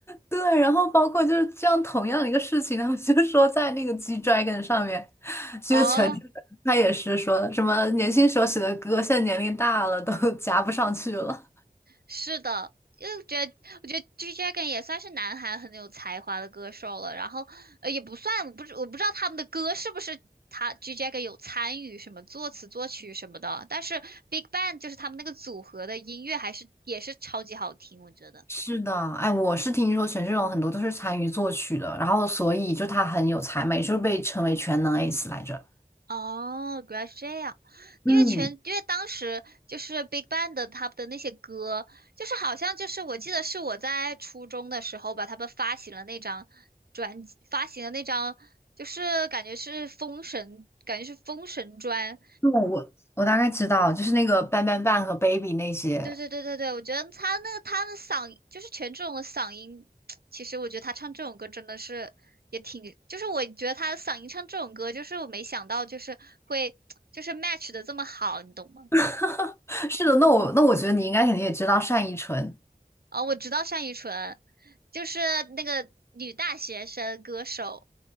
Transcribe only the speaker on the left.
对，然后包括就是这样同样的一个事情，他们就说在那个 G Dragon 上面，其实全
他也是说什么年轻时候写的歌，现在年龄大了都 <laughs> 夹不上去了。
是的，哎，我是听说权志龙很多都是参与作曲的，然后所以就他很有才嘛，也就被称为全能 ace 来着。
嗯，
对，我我大概知道，就是那个 Bang Bang Bang 和 Baby 那些。
<laughs> 是的，那我那我觉得你应该肯定也知道单依纯，